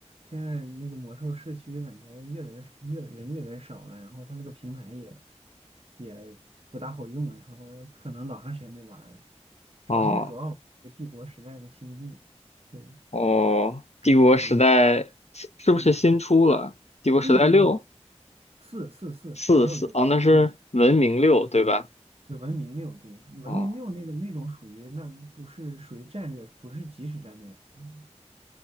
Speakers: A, on the right (about 55°); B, on the left (about 65°).
A: 现在那个魔兽社区感觉越来越越人越来越少了，然后它那个平台也也不大好用，然后可能老长时间没玩儿了，主要现在主要玩儿《帝国时代》跟《星际》，
B: 哦
A: 对
B: 哦，帝国时代是是不是新出了？
A: 对，嗯，
B: 帝国时代六
A: 对对对。四四四没有六，
B: 四四哦，那是文明六对吧？
A: 对，对文明六，对，文明六那个那种属于那不是属于战略，
B: 哦
A: 不是即时战略。嗯，